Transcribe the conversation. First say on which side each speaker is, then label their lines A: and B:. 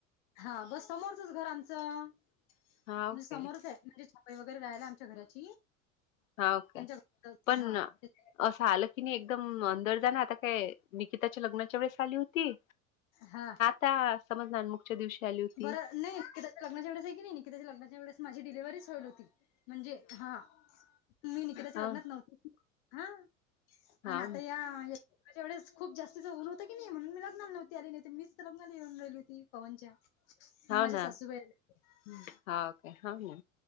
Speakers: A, on the left; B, on the left.
A: हा बस समोरचंच घर आमचं,
B: हा
A: म्ह
B: ओके
A: समोरच हाय म्हणजे वगैरे राहियला आच्या घराची
B: हा.
A: <inaudible>
B: पण असं आलं की नाही एकदम अंदर जाण आता काय निकिताच्या लग्नाच्या वेळेस आली होती.
A: हा.
B: ता समज नाानमुगच्या दिवशी आली होती.
A: बरं नाही तीच्या लग्नाच्या वेळेस आहे की नाही कि निकिताच्या लग्नाच्या वेळेस माझी डिलेव्हच होत होती. म्हणजे हा मी निकिताच्या
B: हा
A: लग्नात नव्हते. हा.
B: हा
A: अ न आता या लग्नाच्या वेळेस खूप जास्तीच ऊन होत की नाही म्हणून मी लग्नाला न्हवते आली नाही तर मीच लग्नाला येऊन राहिली होती पवनच्या. मग
B: हा
A: माझ्या
B: ना
A: सासूबाई आल्या
B: हा का हा ना